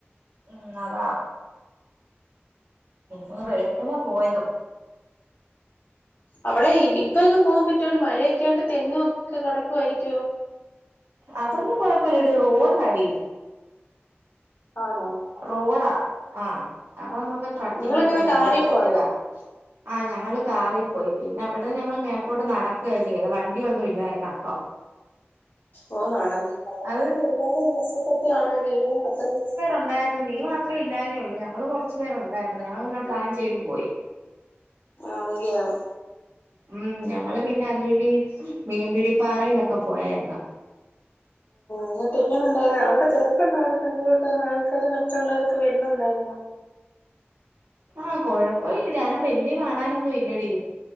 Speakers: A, on the right; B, on the left.
A: ഉം അതാ പിന്നെ വെളുപ്പിനെ പോയതും.
B: അവിടെ ഇപ്പൊക്കെ പോകാൻ പറ്റൂല മഴയൊക്കെയാണ്ട് തെന്നി ഒക്കെ കടക്കുവായിരിക്കുവോ?
A: അതൊന്നും കുഴപ്പമില്ലടി റോഡ ആടി-
B: ആന്നോ
A: റോഡാ ആഹ് അപ്പൊ നമുക്ക് ട്രക്കിങ്
B: നിങ്ങളെങ്ങനെ
A: ഒക്കെ നല്ല
B: കാറി പോയോ?
A: ഇതാ ആ ഞങ്ങള്ൾ കാറിൽ പോയി പിന്നെ അവിടുന്ന് ഞങ്ങള് മേപ്പോട്ട് നടക്കുക ചെയ്ത വണ്ടി ഒന്നും ഇല്ലായിരുന്നു അപ്പം
B: ഓ നടന്ന നടായത്
A: അത്
B: ഒരുപാട് കപ്പെട്ട ആണോല്ലെ ഈ അത്രയും
A: ഉണ്ടായിരരുന്നു നീ മാത്രേ ഇല്ലാന്നേ ഉള്ളൂ ഞങ്ങള്ൾ കുറു പേരു ഉണ്ടായിരുന്നു ഞങ്ങിങ്ങനെ പ്ലാൻ് ചെയ്തു പോയി
B: ആ ഇല്ലോ
A: ഉം ഞങ്ങള് പിന്നെ അതുവഴി മീൻ പിടിപ്പാറയിലൊക്കെ പോയായിരുന്നു
B: ന്നിട്ടെ എങ്ങനിണ്ടാരുന് അവിടെ ചെറുക്കൻ ഉണ്ടായിരുന്നങ്കിൽ തന്നെ ആൾക്കാര് മറ്റുള്ളവരൊക്കെ വരുന്നുണ്ടായിരുന്ന്
A: ആ കൊഴപ്പയില്ലടി അയ്നെ വല്ല്യ കാണാനൊന്നു ഇല്ലടീ